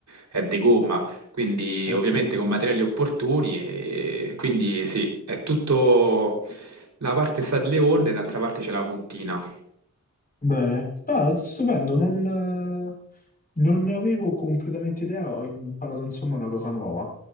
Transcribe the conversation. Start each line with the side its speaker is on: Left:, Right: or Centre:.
Right: è di gomma, quindi
Left: certo.
Right: ovviamente con materiali opportuni. e quindi sì, è tutto... La parte sta delle onde, e d'altra parte c'è la puntina.
Left: Bene. Ah, stupendo, non, eh, non ne avevo completamente idea, ho imparato insomma una cosa nuova.